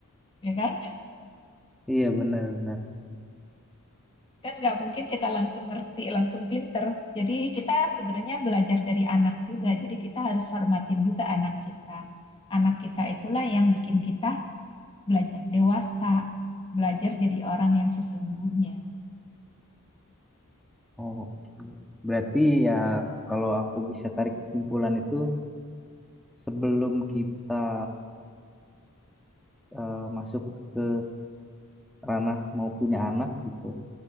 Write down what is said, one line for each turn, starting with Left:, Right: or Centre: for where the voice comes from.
Left: ya kan? <laughs>
Centre: iya benar-benar.
Left: Kan nggak mungkin kita langsung ngerti, langsung pinter. Jadi kita sebenarnya belajar dari anak juga. Jadi kita harus hormatin juga anak kita. Anak kita itulah yang bikin kita belajar dewasa, belajar jadi orang yang sesungguhnya.
Centre: Oke. Berarti ya kalau aku bisa tarik kesimpulan itu sebelum kita eh, masuk ke ranah mau punya anak gitu.